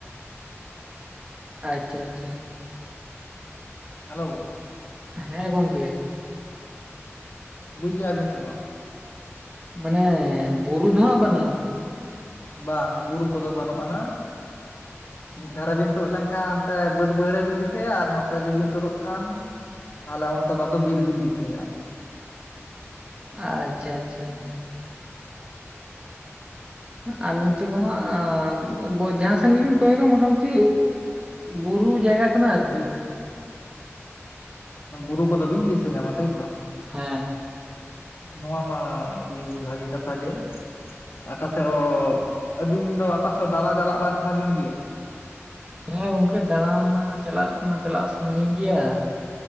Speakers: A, on the right; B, on the left.
A: ᱟᱪᱪᱷᱟ ᱟᱪᱪᱷᱟ
B: ᱦᱮᱞᱳᱣ᱾
A: ᱦᱮᱸ ᱜᱚᱝᱠᱮ᱾
B: ᱵᱩᱡ ᱞᱮᱜᱼᱟᱵᱤᱱ ᱥᱮ ᱵᱟᱝ?
A: ᱢᱟᱱᱮ ᱵᱩᱨᱩ ᱫᱚ ᱦᱟᱸᱜ ᱵᱟᱹᱱᱩᱜ
B: ᱵᱟᱝ ᱵᱩᱨᱩ ᱠᱚᱫᱚ ᱵᱟᱹᱱᱩᱜ ᱟᱱᱟ᱾ ᱢᱤᱫ ᱫᱷᱟᱨᱮ ᱵᱤᱱ ᱛᱳᱫ ᱞᱮᱱᱠᱷᱟᱱ ᱦᱟᱱᱛᱮ ᱵᱟᱹᱫᱽ ᱵᱟᱹᱭᱦᱟᱹᱲ ᱨᱮ ᱵᱤᱱ ᱫᱤᱥᱟᱹᱭᱟ ᱟᱨ ᱱᱚᱛᱮ ᱡᱩᱫᱤ ᱵᱤᱱ ᱛᱳᱫᱚᱜ ᱠᱷᱟᱱ ᱛᱟᱦᱚᱞᱮ ᱚᱱᱛᱮ ᱫᱚ ᱟᱫᱚ ᱵᱤᱨ ᱵᱤᱱ ᱫᱤᱥᱟᱹᱭᱟ᱾
A: ᱟᱪᱪᱷᱟ ᱟᱪᱪᱷᱟ ᱟᱪᱷᱟ ᱟᱞᱮ ᱱᱚᱛᱮ ᱫᱚ ᱦᱟᱸᱜ ᱜᱚ ᱡᱟᱦᱟᱸ ᱥᱮᱱ ᱵᱤᱱ ᱠᱚᱭᱚᱜᱟ ᱢᱚᱴᱟᱢᱩᱴᱤ ᱵᱩᱨᱩ ᱡᱟᱭᱜᱟ ᱠᱟᱱᱟ ᱟᱨᱠᱤ᱾
B: ᱚᱸ ᱵᱩᱨᱩ ᱠᱚᱫᱚ ᱵᱟᱹᱧ ᱫᱤᱥᱟᱹ ᱧᱟᱢᱟ ᱛᱟᱭ ᱛᱚ᱾
A: ᱦᱮᱸ
B: ᱱᱚᱣᱟ ᱢᱟ ᱟᱹᱰᱤ ᱵᱷᱟᱹᱜᱤ ᱠᱟᱛᱷᱟ ᱜᱮ᱾ ᱟᱠᱟ ᱥᱮᱫ ᱚ ᱟᱹᱵᱤᱱ ᱫᱚ ᱚᱠᱟᱥᱮᱫ ᱫᱟᱬᱟ ᱪᱟᱞᱟᱜ ᱵᱟᱭ ᱥᱟᱱᱟ ᱵᱤᱱ ᱜᱮᱭᱟ?
A: ᱦᱮᱸ ᱜᱚᱝᱠᱮ ᱫᱟᱬᱟᱱ ᱢᱟ ᱪᱟᱞᱟᱜ ᱢᱟ ᱪᱟᱞᱟᱜ ᱥᱟᱱᱟ ᱞᱤᱧ ᱜᱮᱭᱟ ᱾